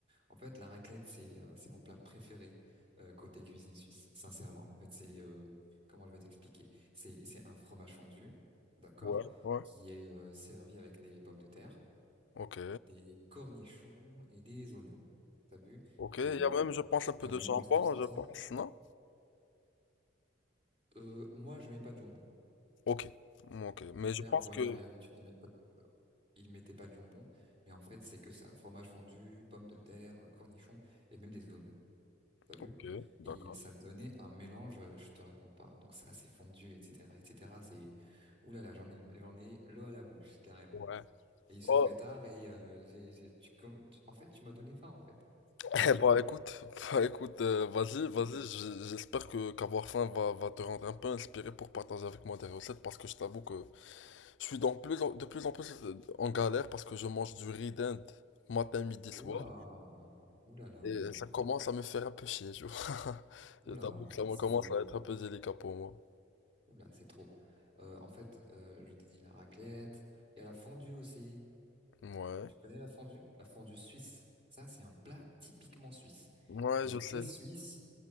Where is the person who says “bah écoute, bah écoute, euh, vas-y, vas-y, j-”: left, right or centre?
Left